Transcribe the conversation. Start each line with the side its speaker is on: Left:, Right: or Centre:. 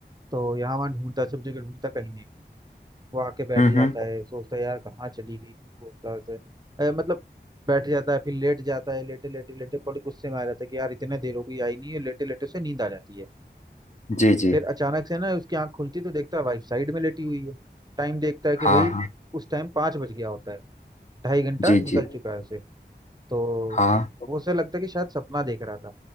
Right: तो यहाँ वहाँ ढूंढता सब जगह ढूंढता कहीं नहीं मिलती वो आके बैठ
Left: हम्म
Right: जाता
Left: हम्म,
Right: है सोचता है यार कहाँ चली गई सोचता है अ, मतलब बैठ जाता है फिर लेट जाता है लेटे लेटे लेटे बड़े गुस्से में आ जाता है कि यार इतने देर हो गई आई नहीं है लेटे लेटे उसे नींद आ जाती है
Left: जी जी
Right: फिर अचानक से ना उसकी आंख खुलती है तो देखता है वाइफ साइड में लेटी हुई है टाइम देखता है कि
Left: हाँ
Right: भाई
Left: हाँ
Right: उस टाइम पाँच बज गया होता है ढाई घंटा
Left: जी
Right: निकल
Left: जी
Right: चुका है उसे तो
Left: हाँ
Right: वो उसे लगता है कि शायद सपना देख रहा था